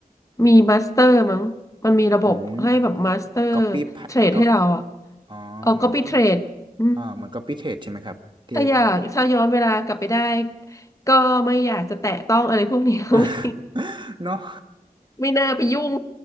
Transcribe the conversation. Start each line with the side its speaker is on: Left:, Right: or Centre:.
Left: มีมาสเตอร์มั้งมันมีระบบให้แบบมาสเตอร์
Right: อืมก๊อปปี้
Left: เทรดให้เราอ่ะ
Right: ก็อ๋อเหมือน
Left: เอาก็ไปเทรดอืม
Right: อ่าเหมือนก๊อปปี้เทรดใช่ไหมครับที่
Left: ถ้าอยากถ้าย้อนเวลากลับไปได้ก็ไม่อยากจะแตะต้องอะไรพวกนี้ <laughs>
Right: <laughs>
Left: ไม่
Right: เนาะ
Left: ไม่น่าไปยุ่ง